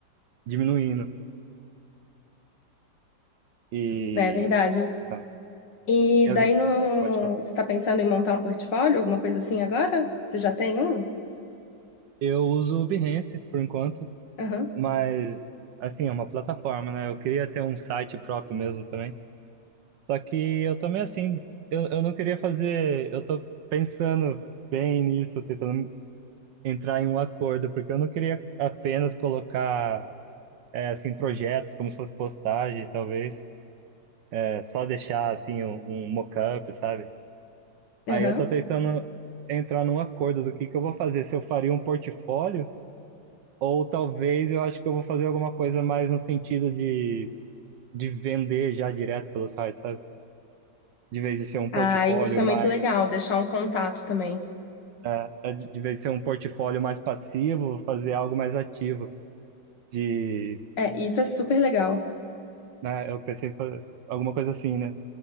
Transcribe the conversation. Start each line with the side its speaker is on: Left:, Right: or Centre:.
Right: diminuindo. E,
Left: É verdade.
Right: né,
Left: E
Right: e as,
Left: daí no...
Right: pode falar.
Left: você tá pensando em montar um portfólio, alguma coisa assim agora? Você já tem um?
Right: Eu uso o Behance por enquanto,
Left: Aham,
Right: mas assim, é uma plataforma, né? Eu queria ter um site próprio mesmo também. Só que eu tô meio assim, eu, eu não queria fazer, eu tô pensando bem nisso, tentando entrar em um acordo, porque eu não queria apenas colocar é, assim projetos como se fosse postagem, talvez, é, só deixar assim um, um mock-up, sabe?
Left: aham.
Right: Aí eu tô tentando entrar num acordo do que que eu vou fazer, se eu faria um portfólio Ou talvez eu acho que eu vou fazer alguma coisa mais no sentido de, de vender já direto pelo site, sabe? De vez de ser um portfólio
Left: Ah, isso é
Right: mais,
Left: muito legal, deixar um contato também.
Right: né, é, de de vez de ser um portfólio mais passivo, fazer algo mais ativo. De,
Left: É, isso é super legal.
Right: né, eu pensei em fa- alguma coisa assim, né?